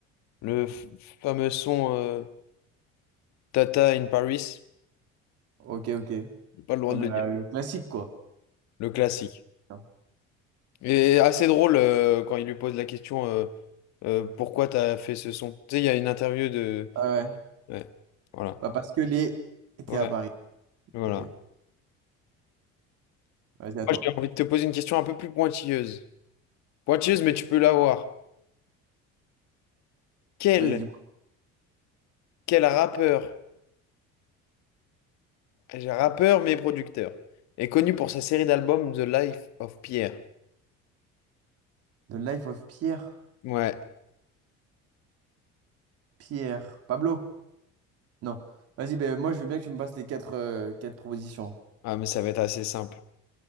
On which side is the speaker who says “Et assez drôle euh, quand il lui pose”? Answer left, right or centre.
Left